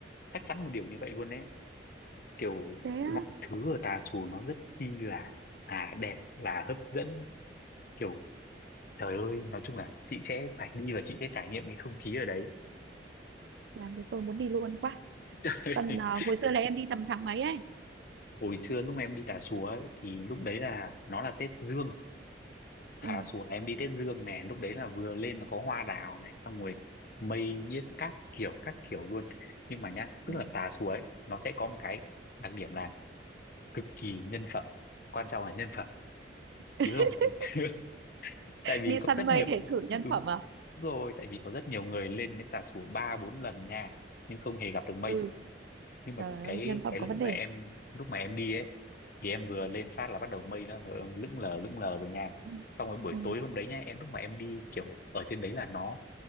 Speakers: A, on the left (about 50°); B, on the right (about 70°).
A: chắc chắn một điều như vậy luôn đấy kiểu
B: thế á,
A: mọi thứ ở tà xùa nó rất chi là à đẹp là hấp dẫn kiểu trời ơi nói chung là chị sẽ phải đi và chị sẽ trải nghiệm cái không khí ở đấy
B: làm cho tôi muốn đi luôn quá
A: <laughs>
B: tầm ờ, hồi xưa là em đi tầm tháng mấy ấy
A: hồi xưa lúc em đi Tà Xùa ấy thì lúc đấy là nó là Tết Dương thà
B: ừ,
A: xuống em đi Tết Dương này lúc đấy là vừa lên là có hoa đào này xong rồi mây nhiếc các kiểu các kiểu luôn nhưng mà nhá
B: ừ.
A: tức là Tà Xùa ấy nó sẽ có một cái đặc điểm là cực kỳ nhân phẩm quan trọng là nhân phẩm
B: <laughs>
A: chị biết không tại vì, <laughs> tại vì
B: đi
A: có
B: săn
A: rất
B: mây
A: nhiều
B: để thử nhân
A: đúng
B: phẩm à
A: rồi tại vì có rất nhiều người lên đến Tà Xùa ba bốn lần nha nhưng không hề gặp được mây
B: ừ
A: nhưng mà
B: trời
A: cái
B: ơi nhân phẩm
A: cái
B: có
A: lúc
B: vấn đề
A: mà em lúc mà em đi ấy thì em vừa lên phát là bắt đầu mây nó hở- lững lờ lững lờ rồi nha
B: ừ,
A: xong rồi buổi
B: ừ.
A: tối hôm đấy nha em lúc mà em đi kiểu ở trên đấy là nó